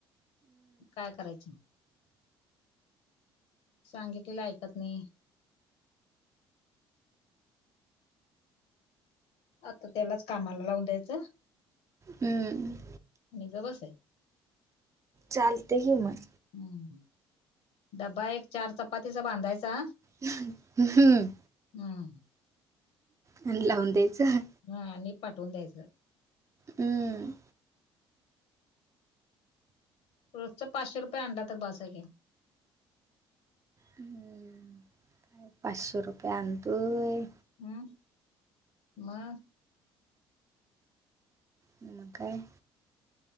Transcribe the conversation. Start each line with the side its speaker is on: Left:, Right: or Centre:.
Left: काय करायचं? सांगितलेलं ऐकत नही. आता त्यालाच कामाला लावून द्यायचं.
Right: हम्म.
Left: नी बस ये.
Right: चालते की मग.
Left: हम्म, डब्बा एक चार चपातीचा बांधायचा
Right: हम्
Left: हम्म
Right: अन लावून द्यायचं.
Left: हा नि पाठवून द्यायच.
Right: हम्म.
Left: रोजच पाचशे रुपये आणला तर, बसा हाय की.
Right: ह्म, पाचशे रुपये आणतोय.
Left: हम्, मग?
Right: नम, काय?